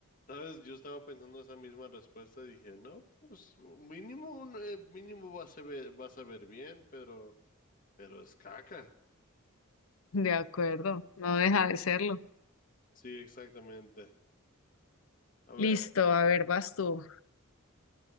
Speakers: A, on the left; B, on the left.
A: ¿Sabes? Yo estaba pensando esa misma respuesta. Dije, no, pues mínimo, un, eh, mínimo vas a ver, vas a ver bien, pero, pero es caca.
B: De acuerdo, no deja de serlo.
A: Sí, exactamente. A ver.
B: Listo, a ver, vas tú.